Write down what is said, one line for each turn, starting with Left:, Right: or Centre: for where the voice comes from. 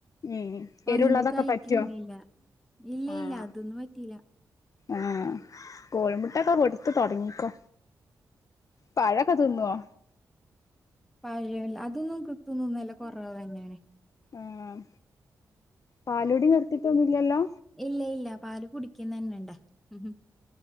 Left: ഉം എരുള്ളതൊക്കെ
Centre: ഒന്ത് കഴിക്കുന്നില്ല
Left: പറ്റോ
Centre: ഇല്ല
Left: ആഹ്
Centre: ഇല്ല അതൊന്നും പറ്റില്ല.
Left: ആഹ് കോഴിമുട്ടൊക്കെ കൊടുത്ത് തൊടങ്ങിക്കോ പഴൊക്കെ തിന്നുവോ
Centre: പഴയില്ല അതൊന്നും കൃത്യൊന്നൊന്നല്ല കൊറവന്നെണ്.
Left: ആഹ് പാലുടി നിർത്തിട്ടൊന്നുല്ലല്ലോ?
Centre: ഇല്ല ഇല്ല പാല് കുടിക്കുന്നന്നെണ്ട ഉം